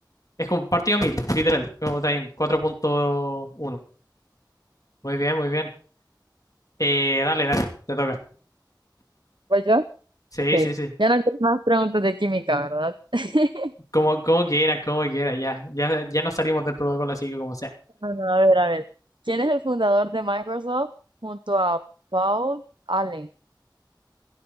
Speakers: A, on the left (about 45°); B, on the right (about 80°).
A: es como partido 1000 literal. Como está bien, cuatro punto uno Muy bien, muy bien. Eh, dale, dale, te toca.
B: pues yo,
A: Sí,
B: ok.
A: sí, sí.
B: Ya no tengo más preguntas de química, ¿verdad? <laughs>
A: Como, como quieras, como quieras, ya, ya, ya nos salimos del protocolo, así que como sea.
B: Bueno, a ver, a ver. ¿Quién es el fundador de Microsoft junto a Paul Allen?